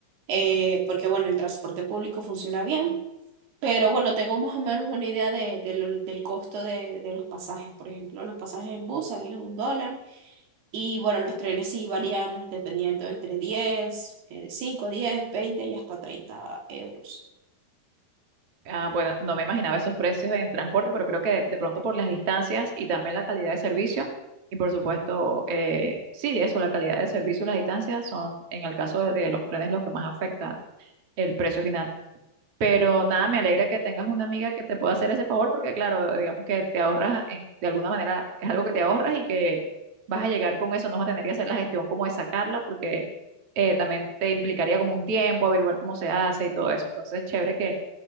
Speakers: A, on the right; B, on the right.
A: eh, porque bueno, el transporte público funciona bien. Pero bueno, tengo más o menos una idea de, de lo- del costo de, de los pasajes. Por ejemplo, los pasajes en bus salen en un dólar, y bueno, los trenes sí varían dependiendo entre 10 eh, 5, 10, 20 y hasta 30 euros.
B: Ah, bueno, no me imaginaba esos precios en transporte, pero creo que de pronto por las distancias y también la calidad de servicio, y por supuesto, eh, sí, eso, la calidad de servicio y las distancias son, en el caso de, de los trenes, lo que más afecta el precio final. Pero nada, me alegra que tengas una amiga que te pueda hacer ese favor, porque claro, digamos que te ahorras, en- de alguna manera, es algo que te ahorras y que vas a llegar con eso, no vas a tener que hacer la gestión como de sacarla, porque eh, también te implicaría como un tiempo, averiguar cómo se hace y todo eso. Entonces, chévere que